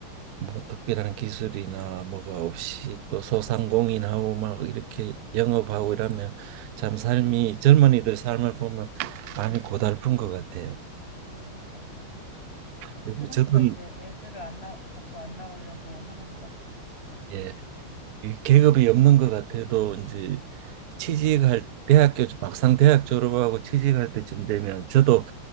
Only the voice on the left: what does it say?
네, 맞아요. 네,
그러니까
이제 애들을 안 나, 자꾸 안 낳으려고 하는 것 같, 같죠.